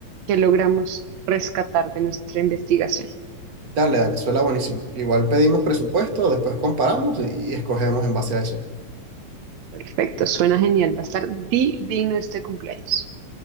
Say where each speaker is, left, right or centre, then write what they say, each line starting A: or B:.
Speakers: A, on the right (about 60°); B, on the right (about 35°).
A: qué logramos rescatar de nuestra investigación.
B: Dale, dale, suena buenísimo. Igual pedimos presupuesto, después comparamos y y escogemos en base a eso.
A: Perfecto, suena genial. Va a estar divino este cumpleaños.